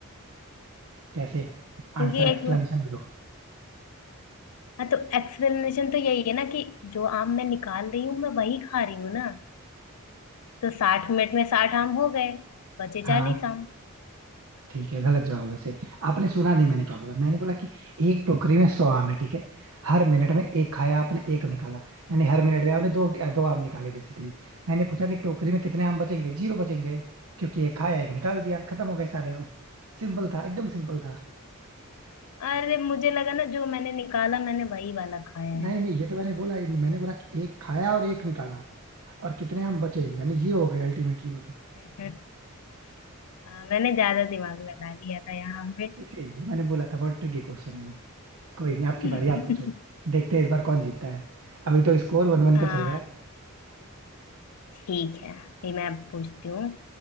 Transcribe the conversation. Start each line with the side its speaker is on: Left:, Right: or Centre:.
Right: कैसे
Left: क्योंकि
Right: आंसर एक्सप्लेनेशन
Left: एक
Right: भी दो
Left: हाँ तो एक्सप्लेनेशन तो यही है ना कि जो आम मैं निकाल रही हूँ मैं वही खा रही हूँ ना तो साठ मिनट में साठ आम हो गए बचे
Right: हाँ
Left: चालीस आम
Right: ठीक है गलत जवाब वैसे आपने सुना नहीं मैंने क्या बोला मैंने बोला कि एक टोकरी में सौ आम है ठीक है हर मिनट में एक खाया आपने एक निकाला यानी हर मिनट में आपने दो दो आम निकाले बेसिकली मैंने पूछा कि टोकरी में कितने आम बचेंगे जीरो बचेंगे क्योंकि एक खाया एक निकाल दिया खत्म हो गए सारे आम सिंपल था एकदम सिंपल था
Left: अरे मुझे लगा ना जो मैंने निकाला मैंने वही वाला खाया है
Right: नहीं नहीं ये तो मैंने बोला ही नहीं मैंने बोला कि एक खाया और एक निकाला और कितने हम बचे यानी जीरो हो गए अल्टीमेटली वो तो
Left: अच्छा <laughs> हाँ, मैंने ज्यादा दिमाग लगा लिया था यहाँ पे
Right: इसीलिए मैंने बोला था बहुत ट्रिकी क्वेश्चन है ये कोई नहीं आपकी
Left: <laughs>
Right: बारी आप पूछो देखते हैं इस बार कौन जीतता है अभी तो स्कोर वन वन
Left: हाँ
Right: का चल रहा है
Left: ठीक है ये मैं अब पूछती हूँ